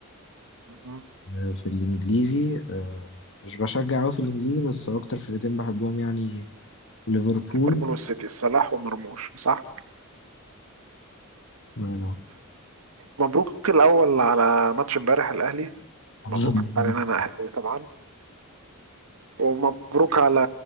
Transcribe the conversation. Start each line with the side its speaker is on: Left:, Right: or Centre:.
Right: مهم.
Left: آه، في الانجليزي آه، مش بشجع قوي في الانجليزي بس اكتر فرقتين بحبهم يعني ليفربول
Right: ليفربول والسيتي صلاح ومرموش صح
Left: ما أنا-
Right: مبروك الاول على ماتش امبارح الاهلي
Left: <laughs>
Right: مبروك علينا انا اهلاوي طبعا ومبروك على